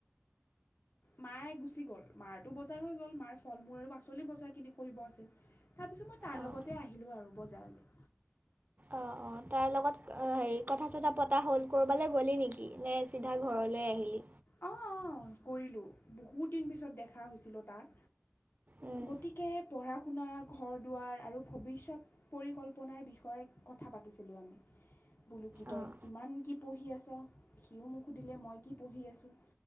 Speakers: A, on the left; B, on the right.
A: মায়ে গুচি গ'ল, মাৰতো বজাৰ হৈ গ'ল, মাৰ ফল মূল আৰু পাচলি বজাৰখিনি কৰিব আছিল। তাৰপিছত মই তাৰ
B: অঁ
A: লগতে আহিলোঁ আৰু বজাৰলে।
B: অ', অ'। তাৰ লগত হেৰি কথা চথা পতা হ'ল, ক'ৰবালৈ গ'লি নেকি নে চিধা ঘৰলৈ আহিলি?
A: অ', অ', কৰিলোঁ, বহুত দিন পিছত দেখা হৈছিলোঁ তাক।
B: উম,
A: গতিকে পঢ়া শুনা, ঘৰ দুৱাৰ আৰু ভৱিষ্যত পৰিকল্পনাৰ বিষয়ে কথা পাতিছিলোঁ আমি। বোলো কি তই
B: অঁ
A: কিমান কি পঢ়ি আছ, সিও মোক সুধিলে মই কি পঢ়ি আছোঁ।